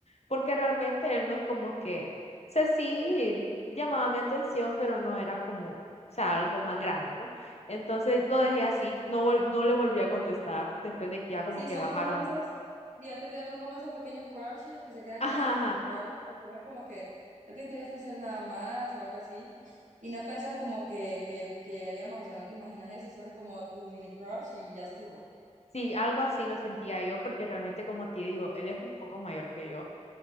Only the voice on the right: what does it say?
ajá.
Sí,
son
como esos, ya te entiendo, son como esos pequeños crushes que se quedan
ahí solo
como crushes, porque no es como que no te interesa hacer nada más o algo así, y no piensas como que, que, que llegaríamos, o sea, no te imaginas eso, solo es como tu mini crush y ya estuvo.